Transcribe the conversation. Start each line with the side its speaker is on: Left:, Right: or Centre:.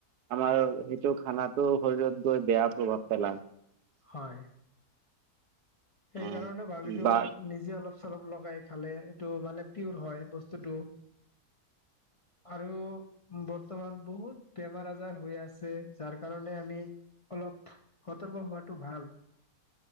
Right: আমাৰ সেইটো খানাটো শৰীৰত গৈ বেয়া প্ৰভাৱ পেলায়
Left: হয় সেইকাৰণে
Right: উম
Left: ভাবিলো
Right: বা
Left: নিজে অলপ চলপ লগাই খালে এইটো মানে পিয়ৰ হয় বস্তুটো আৰু বৰ্তমান বহুত বেমাৰ আজাৰ হৈ আছে যাৰ কাৰণে আমি অলপ সতৰ্ক হোৱাটো ভাল